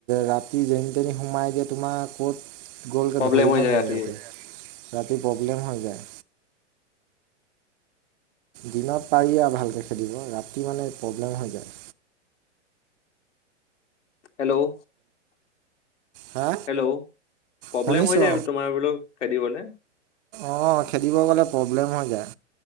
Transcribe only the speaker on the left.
প্ৰব্লেম
হৈ যায়
ৰাতি।
হেল্ল'
হেল্ল' প্ৰব্লেম
হৈ যায় তোমাৰ বোলো খেদিবলৈ।